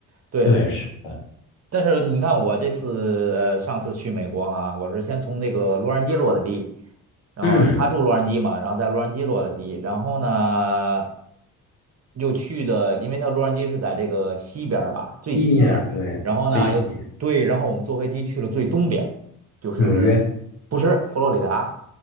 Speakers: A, on the right; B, on the left.
A: 对，
B: 对，是的，
A: 但是你看我这次呃上次去美国哈，我是先从那个洛杉矶落的地，然后他住洛杉矶嘛，
B: 嗯，
A: 然后在洛杉矶落的地，然后呢又去的，因为他洛杉矶是在这个西边儿吧，最西边儿然后呢又对，
B: 西边，对，最西边，
A: 然后我们坐飞机去了最东边，就是
B: 纽约。
A: 不是佛罗里达。